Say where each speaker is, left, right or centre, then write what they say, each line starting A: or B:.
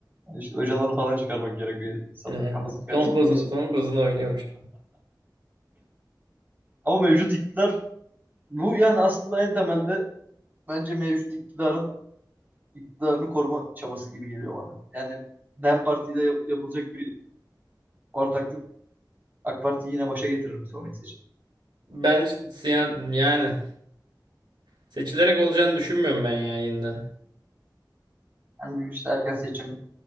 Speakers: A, on the right; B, on the right.
A: Yani işte Öcalan'ı falan çıkarmak gerekiyor insanlar
B: Aynen.
A: kafasını karıştırmak
B: Son kozunu,
A: için.
B: son kozunu oynuyormuş.
A: Ama mevcut iktidar bu yani aslında en temelde bence mevcut iktidarın iktidarını koruma çabası gibi geliyor bana. Yani DEM Parti'de yap- yapılacak bir ortaklık AK Parti'yi yine başa getirir bir sonraki seçim.
B: Bence siya- yani seçilerek olacağını düşünmüyorum ben ya yeniden.
A: Yani işte erken seçim,